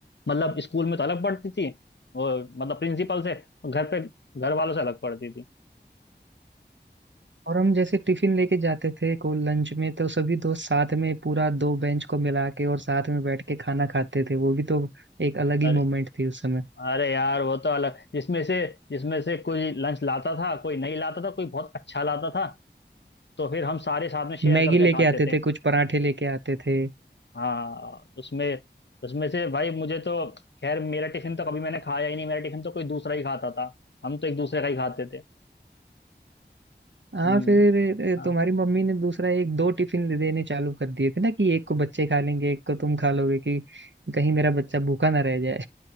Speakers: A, on the left; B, on the right.
A: मतलब स्कूल में तो अलग पढ़ती थी और मतलब प्रिंसिपल से और घर पे घर वालों से अलग पढ़ती थी
B: और हम जैसे टिफिन लेके जाते थे को लंच में तो सभी दोस्त साथ में पूरा दो बेंच को मिला के और साथ में बैठ के खाना खाते थे वो भी तो एक अलग ही
A: अरे
B: मोमेंट थी उस समय
A: अरे यार वो तो अलग जिसमें से जिसमें से कोई लंच लाता था कोई नहीं लाता था कोई बहुत अच्छा लाता था तो फिर हम सारे साथ में शेयर
B: मैगी
A: करके
B: लेके
A: खाते
B: आते
A: थे
B: थे कुछ पराठे लेके आते थे
A: हाँ उसमें उसमें से भाई मुझे तो खैर मेरा टिफिन तो कभी मैंने खाया ही नहीं मेरा टिफिन तो कोई दूसरा ही खाता था हम तो एक दूसरे का ही खाते थे
B: हाँ
A: हम्म
B: फिर अ,
A: हाँ
B: तुम्हारी मम्मी ने दूसरा एक दो टिफिन दे- देने चालू कर दिए थे ना कि एक को बच्चे खा लेंगे एक को तुम खा लोगे कि कहीं मेरा बच्चा भूखा ना रह जाए